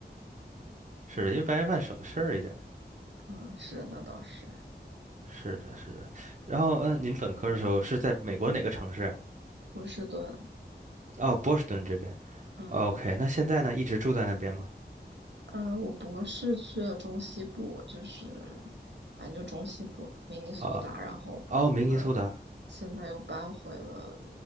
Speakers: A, on the right; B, on the right.
A: 是的，因为白人饭省事儿一点
B: 嗯，是，那倒是，
A: 是的，是的。然后，嗯、呃您本科的时候是在美国哪个城市啊
B: 波士顿，
A: 哦，波士顿这边。
B: 嗯。
A: OK，那现在呢，一直住在那边吗？
B: 呃，我博士去了中西部，就是反正就中西部，明尼苏达，
A: 啊、
B: 然后呃，
A: 哦，明尼苏达。
B: 现在又搬回了